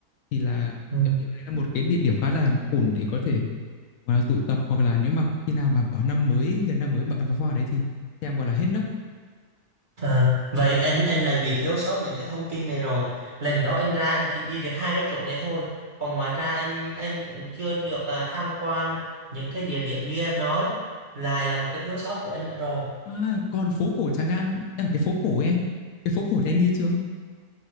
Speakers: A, on the left (about 75°); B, on the right (about 40°).
A: thì là
B: ừ.
A: em nghĩ ở đấy là một cái địa điểm khá là ổn để có thể gọi là tụ tập hoặc là nếu mà khi nào mà bảo năm mới gần năm mới mà bắn pháo hoa ở đấy thì em gọi là hết nấc
B: À, vậy anh anh lại bị thiếu sót những cái thông tin này rồi. Lần đó anh ra anh chỉ đi được hai cái chỗ này thôi. Còn ngoài ra anh anh cũng chưa được à, tham quan những cái địa điểm như em nói. Lại là một cái thiếu sót của anh nữa rồi.
A: à, còn phố cổ Tràng An à, cái phố cổ ấy anh cái phố cổ thì anh đi chưa